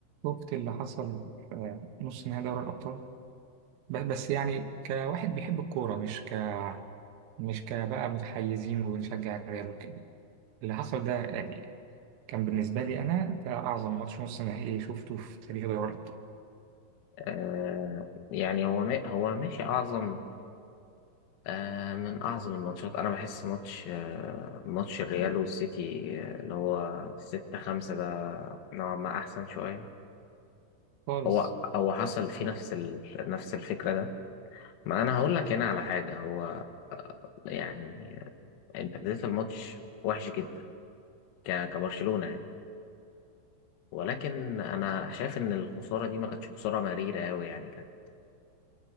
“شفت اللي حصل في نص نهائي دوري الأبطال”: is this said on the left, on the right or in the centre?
Right